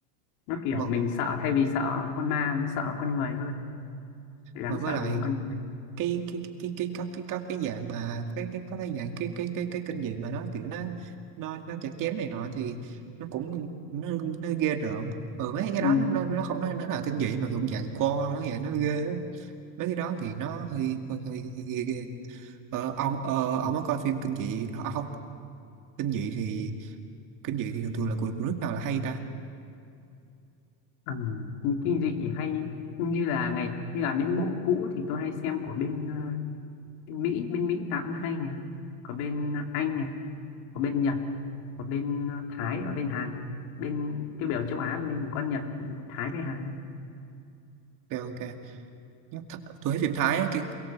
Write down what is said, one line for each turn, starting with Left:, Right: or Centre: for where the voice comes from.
Left: nó kiểu
Right: mà,
Left: mình sợ thay vì sợ con ma nó sợ con người thôi đáng
Right: mà với
Left: sợ
Right: lại
Left: là một con người
Right: cái cái cái cái cái có cái có cái dạng mà cái cái có cái dạng cái cái cái cái kinh dị mà nó kiểu nó nó nó chặt chém này nọ thì nó cũng nó nó ghê rợn ừ mấy cái
Left: ừ.
Right: đó nó nó, nó không nó nó là kinh dị mà cũng dạng co nó vậy nó ghê á. mấy cái đó thì nó hơi hơi hơi, hơi ghê ghê ờ, ông ờ, ông
Left: ừ.
Right: có coi phim kinh dị à, không kinh dị thì kinh dị thì thường thường là của, của nước nào là hay ta
Left: Ừ, những kinh dị hay như là ngày như là những bộ cũ thì tôi hay xem của bên, ờ, bên Mỹ bên Mỹ nào cũng hay nè có bên Anh này có bên Nhật có bên ờ, Thái và bên Hàn bên tiêu biểu châu Á mình có Nhật Thái với Hàn ấy.
Right: ok ok Nhắc th- tôi thấy phim Thái á, cái